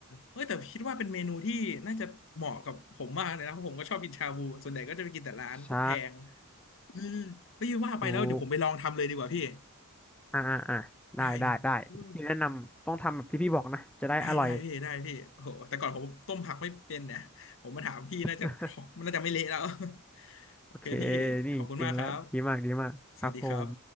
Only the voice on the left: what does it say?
เออแต่คิดว่าเป็นเมนูที่น่าจะเหมาะกับผมมากเลยนะเพราะผมก็ชอบกินชาบูส่วนใหญ่ก็จะไปกินแต่ร้านก็แพง
เออไม่ว่าไปแล้วเดี๋ยวผมไปลองทำเลยดีกว่าพี่
ได้เออได้ได้พี่ได้พี่โอ้โหแต่ก่อนผมต้มผักไม่เป็นเนี่ยผมมาถามพี่น่าจะ
<laughs> มันน่าจะไม่เละแล้ว <laughs> โอเคพี่ขอบคุณมากครับ
สวัสดีครับ